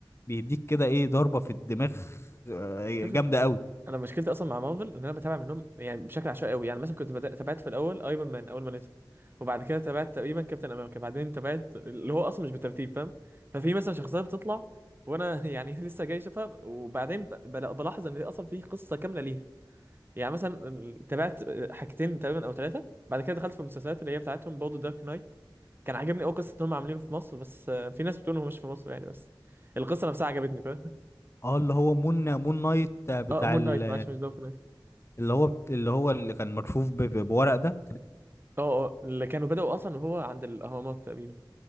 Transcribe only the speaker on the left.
بيديك كده ايه ضربة في الدماغ آه،
جامدة قوي
اه اللي هو مون مون نايت
بتاع
ال-
اللي هو اللي هو اللي كان ملفوف ب- ب- بورق ده